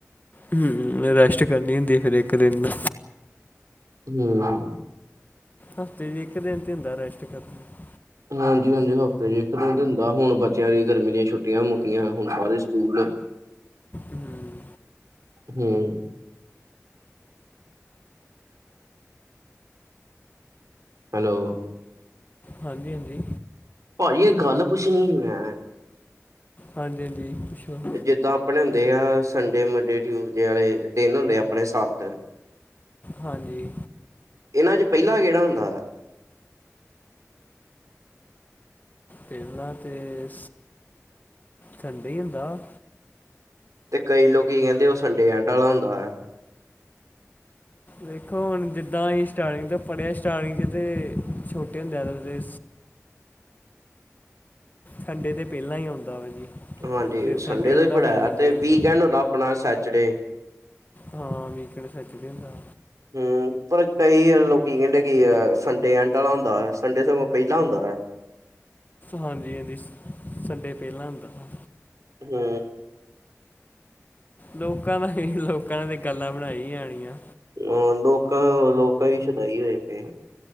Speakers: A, on the left (about 35°); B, on the right (about 90°).
A: ਹੂੰ, ਰੈਸਟ ਕਰਨੀ ਹੁੰਦੀ ਫੇਰ ਏੱਕ ਦੇਨ।
B: ਹੂੰ।
A: ਹਫ਼ਤੇ ਚ ਏਕ ਦਿਨ ਤੇ ਹੁੰਦਾ ਰੈਸਟ ਕਰਨ ਨਾ।
B: ਹਾਂਜੀ-ਹਾਂਜੀ। ਹਫ਼ਤੇ ਚ ਇੱਕ ਦਿਨ ਤੇ ਹੁੰਦਾ। ਹੁਣ ਬੱਚਿਆਂ ਦੀ ਗਰਮੀ ਦੀਆਂ ਛੁੱਟੀਆਂ ਮੁੱਕੀਆਂ, ਹੁਣ ਸਾਰੇ ਸਕੂਲ
A: ਹਮ
B: ਹੁੰ। ਹੈਲੋ।
A: ਹਾਂਜੀ-ਹਾਂਜੀ।
B: ਭਾਜੀ, ਏਕ ਗੱਲ ਪੁਛਣੀ ਹੀ ਮੈਂ।
A: ਹਾਂਜੀ-ਹਾਂਜੀ, ਪੂਛੋ।
B: ਜਿੱਦਾਂ ਆਪਣੇ ਹੁੰਦੇ ਆ। ਸੰਡੇ, ਮੰਡੇ, ਟਿਊਸਡੇ ਵਾਲੇ ਦਿਨ ਹੁੰਦੇ ਆ ਅਪਨੇ ਸੱਤ <inaudible>
A: ਹਾਂਜੀ।
B: ਏਨਾਂ ਚ ਪੈਲਾ ਕੇੜਾ ਹੁੰਦਾ?
A: ਪੈਲਾਂ ਤੇ ਸੰਡੇ ਈ ਹੁੰਦਾ।
B: ਤੇ ਕਈ ਲੋਕੀ ਕੈਂਦੇ, ਓ ਸੰਡੇ ਐਂਡ ਵਾਲਾ ਹੁੰਦਾ ਆ।
A: ਦੇਖੋ, ਹੁਣ ਜਿੱਦਾਂ ਆਹੀ ਸਟਾਰਟਿੰਗ ਪੜ੍ਹਿਆ ਸਟਾਰਟਿੰਗ ਚ ਤਾਂ ਛੋਟੇ ਹੁੰਦੇ ਆ ਤੱਕ ਤੇ ਸੰਡੇ ਤੇ ਪੈਂਲਾਂ ਈ ਆਉਂਦਾ ਵਾ ਜੀ।
B: ਹਾਂਜੀ,
A: ਫਿਰ
B: ਸੰਡੇ ਤੋਂ
A: ਹੁੰਦਾ
B: ਹੀ ਪੜ੍ਹਾਇਆ
A: ਫਿਰ ਮੰਡੇ
B: ਤੇ
A: ਆਉਂਦਾ
B: ਵੀਕ ਐਂਡ ਹੁੰਦਾ ਆਪਣਾ ਸੈਚਰਡੇ।
A: ਹਾਂ, ਵੀਕ ਐਂਡ ਸੈਚਡੇ ਹੁੰਦਾ।
B: ਹੁੰ। ਪਰ ਕਈ ਲੋਕ ਕੈਂਦੇ ਕਿ ਸੰਡੇ ਐਂਟ ਵਾਲਾ ਹੁੰਦਾ ਆ, ਸੰਡੇ ਸਗੋਂ ਪੈਂਲਾ ਹੁੰਦਾ ਆ।
A: ਹਾਂਜੀ-ਹਾਂਜੀ, ਸੰਡੇ ਪੈਲਾਂ ਹੁੰਦਾ ਆ।
B: ਹੁੰ।
A: ਲੋਕਾਂ ਦਾ ਕੀ, ਲੋਕਾਂ ਨੇ ਤੇ ਗੱਲਾਂ ਬਣਾਈ ਆਣੀਆਂ।
B: ਅ ਲੋਕਾਂ ਲੋਕਾਂ ਵੀ ਸ਼ਡਾਈ ਹੋਏ ਪਏ।